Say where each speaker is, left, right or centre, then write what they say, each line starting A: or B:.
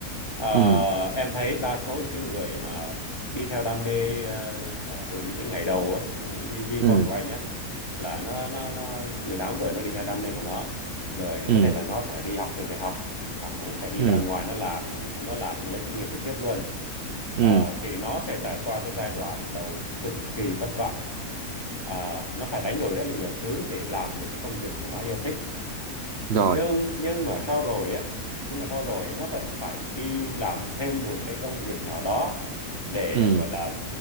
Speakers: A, on the left; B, on the right.
A: Ờ,
B: ừ
A: em thấy đa số những cái người mà đi theo đam mê à, à, từ những cái ngày đầu á, như, như, như
B: ừ
A: con của anh á là nó nó nó mười tám tuổi nó đi theo đam mê của nó rồi
B: ừ
A: có thể là nó sẽ đi học trường đại học hoặc là nó sẽ đi
B: ừ
A: ra ngoài nó làm nó làm nó lấy kinh nghiệm trực tiếp luôn
B: ừ
A: Ờ, thì nó sẽ trải qua cái giai đoạn đầu cực kỳ vất vả Ờ, nó phải đánh đổi rất là nhiều thứ để làm được cái công việc mà nó yêu thích
B: rồi
A: nhưng nhưng mà sau rồi á nhưng mà sau rồi nó vẫn phải đi làm thêm một cái công việc nào đó để
B: ừ
A: gọi là